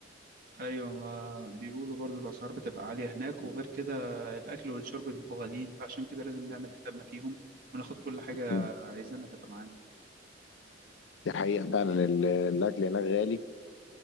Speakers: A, on the right (about 50°); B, on the left (about 75°).
A: ايوه ما بيقولوا برضو الاسعار بتبقى عالية هناك وغير كده الاكل والشرب بيبقوا غاليين فعشان كده لازم نعمل حسابنا فيهم وناخد كل حاجة
B: مم.
A: عايزينها تبقى معانا
B: دي حقيقة فعلا ال- الاكل هناك غالي